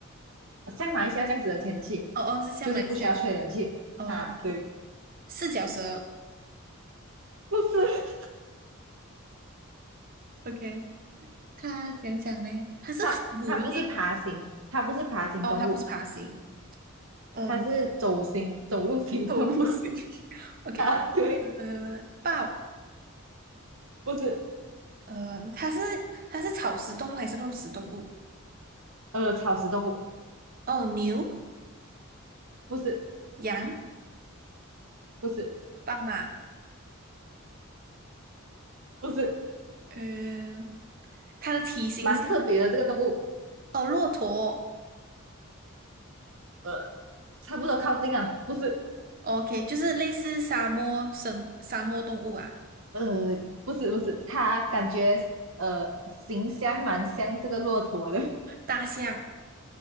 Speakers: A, on the right; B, on the right.
A: 像马来西亚这样子的天气，
B: 哦哦，是像马来西亚这样。
A: 就是不需要吹冷气。
B: 哦，OK，
A: 哈，对，
B: 四脚蛇。
A: 不是
B: OK，它怎样讲呢？它是哺乳类
A: 它，它不是爬行，它不是爬行动物，
B: 哦，它不是爬行，嗯，
A: 它是走行走路行动物。
B: <laughs> 走路型。<laughs> OK，
A: <laughs> 啊，对，
B: 呃，豹，
A: 不是，
B: 呃，它是它是草食动物还是肉食动物？
A: 呃，草食动物，
B: 哦，牛。
A: 不是，
B: 羊、
A: 不是，
B: 斑马，
A: 不是。
B: 嗯，它的体型是
A: 蛮特别的这个动物，
B: 哦，骆驼
A: 呃，差不多靠近啊，不是，
B: ，OK，就是类似沙漠生沙漠动物啊，
A: 呃，不是不是，它感觉呃形象蛮像这个骆驼的，
B: 大象，